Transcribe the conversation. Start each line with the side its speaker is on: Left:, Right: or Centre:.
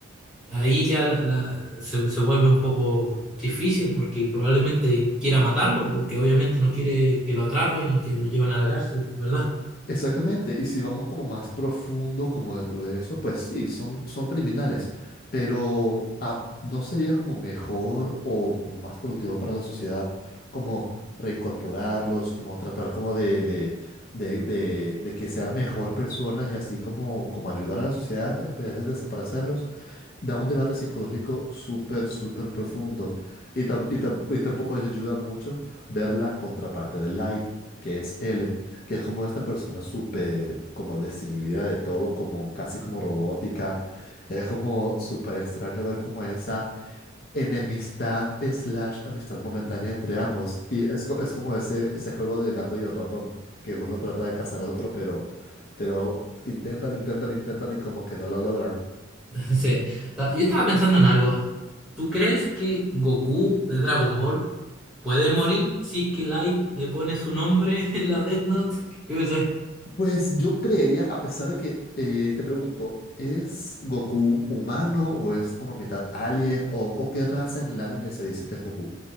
Centre: Ahí ya la- la- se, se vuelve un poco difícil porque probablemente quiera matarlo, porque obviamente no quiere que lo atrapen y que lo lleven a la cárcel, ¿verdad?
Left: Exactamente, y si vamos como más profundo, como dentro de eso, pues sí, son, son criminales, pero ah, ¿no sería como mejor o como más productivo para la sociedad como reincorporarlos, como tratar como de, de, de, de, de que sean mejor personas y así como, como ayudar a la sociedad en vez de desaparecerlos? da un debate psicológico súper, súper profundo. Y, tam- y tam- y tampoco les ayuda mucho ver la contraparte de Light, que es L, que es como esta persona súper, como desinhibida de todo, como casi como robótica. Es como súper extraño ver como esa enemistad slash amistad momentánea entre ambos. Y es, co- es como ese, ese juego del gato y el ratón, que uno trata de cazar al otro, pero, pero intentan, intentan, intentan y como que no lo logran.
Centre: <laughs> Sí. Ta- Yo estaba pensando en algo. ¿Tú crees que Goku de Dragon Ball puede morir si es que Light le pone su nombre <laughs> en la Death Note? ¿Qué pensáis?
Left: Pues yo creería, a pesar de que eh, te pregunto, ¿es Goku humano o es como mitad alien o, o qué raza en el anime se dice que es Goku?